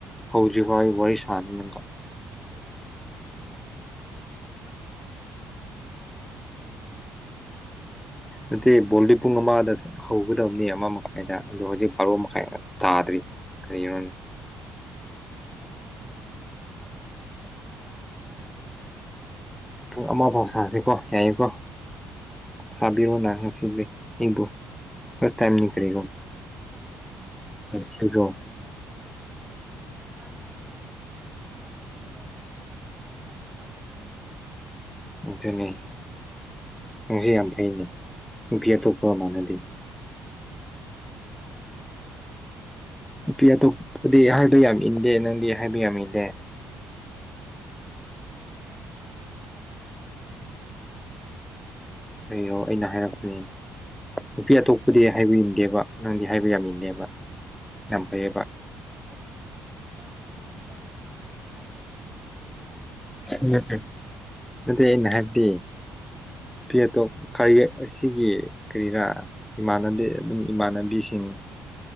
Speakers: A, in the centre; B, on the right (about 20°).
A: ꯍꯧꯗ꯭ꯔꯤꯐꯥꯎ ꯑꯩ ꯋꯥꯔꯤ ꯁꯥꯅꯤ ꯅꯪꯒꯥ
B: ꯑꯁ ꯑꯗꯨꯗꯤ ꯄꯨꯡ ꯑꯅꯤ ꯑꯍꯨꯝ ꯑꯣꯏꯔꯅꯤꯍꯦ
A: ꯅꯠꯇꯦ ꯕꯣꯜꯗꯤ ꯄꯨꯡ ꯑꯃꯗꯁ ꯍꯧꯒꯗꯕꯅꯤ ꯑꯃ ꯃꯈꯥꯏꯗ ꯑꯗꯣ ꯍꯧꯖꯤꯛ ꯕꯥꯔꯣ ꯃꯈꯥꯏ ꯇꯥꯗ꯭ꯔꯤ ꯀꯔꯤꯅꯣꯅꯦ
B: ꯑꯗꯨꯗꯤ ꯄꯨꯡ ꯑꯃꯒ ꯀꯌꯥꯔꯣ ꯋꯥꯠꯂꯤꯖꯦ
A: ꯄꯨꯡ ꯑꯃꯐꯥꯎ ꯁꯥꯁꯤꯀꯣ ꯌꯥꯏꯌꯦꯀꯣ ꯁꯥꯕꯤꯔꯣ ꯅ ꯉꯁꯤꯗꯤ ꯑꯩꯕꯨ ꯐꯥꯔꯁ ꯇꯥꯏꯝ ꯅꯤ ꯀꯔꯤꯔꯣ
B: ꯍꯣꯌꯅꯦ
A: ꯑꯩꯁꯨ
B: ꯐꯥꯔꯁ ꯇꯥꯏꯝꯗ ꯐꯥ ꯐꯥꯔꯁ ꯇꯥꯏꯝꯗ ꯑꯗꯨꯝ ꯁꯥꯟꯅꯅꯤꯡꯕ ꯃꯇꯝ ꯐꯥꯎ ꯁꯥꯟꯅꯕ ꯍꯥꯏꯕꯗꯨꯅꯤ
A: ꯑꯗꯨꯅꯦ ꯅꯪꯁꯦ ꯌꯥꯝ ꯐꯩꯅꯦ ꯅꯨꯄꯤ ꯑꯇꯣꯞꯄ ꯃꯅꯗꯦꯅꯦ
B: ꯀꯃꯥꯏꯅ ꯃꯥꯟꯅꯗꯕ
A: ꯅꯨꯄꯤ ꯑꯇꯣꯞꯄꯗꯤ ꯍꯥꯏꯕ ꯌꯥꯝ ꯏꯟꯗꯦ ꯅꯪꯗꯤ ꯍꯥꯏꯕ ꯌꯥꯝ ꯏꯜꯂꯦ
B: ꯑꯩꯅ ꯍꯥꯏꯔꯛꯄ꯭ꯔꯣ ꯅꯠꯇ꯭ꯔꯒ ꯅꯪꯅ ꯍꯥꯏꯔꯛꯄ꯭ꯔꯣ
A: ꯀꯩꯔꯣ ꯑꯩꯅ ꯍꯥꯏꯔꯛꯄꯅꯦ ꯅꯨꯄꯤ ꯑꯇꯣꯞꯄꯗꯤ ꯍꯥꯏꯕ ꯏꯟꯗꯦꯕ ꯅꯪꯗꯤ ꯍꯥꯏꯕ ꯌꯥꯝ ꯏꯜꯂꯦꯕꯥ ꯌꯥꯝ ꯐꯩꯌꯦꯕ
B: ꯍꯣꯏꯁ ꯅꯪ ꯅꯨꯄꯤ ꯑꯇꯣꯞꯄ ꯀꯅꯥ ꯀꯅꯥꯗ ꯍꯥꯏꯔꯨꯔꯒꯦ ꯍꯥꯏꯁꯦ ꯍꯥꯏꯕ ꯏꯟ
A: <unintelligible> ꯅꯠꯇꯦ ꯑꯩꯅꯥ ꯍꯥꯏꯕꯗꯤ ꯅꯨꯄꯤ ꯑꯇꯣꯞ ꯈꯥꯔꯤ ꯑꯁꯤꯒꯤ ꯀꯔꯤꯔꯥ ꯏꯃꯥꯟꯅꯕꯤ ꯑꯗꯨꯝ ꯏꯃꯥꯟꯅꯕꯤꯁꯤꯡ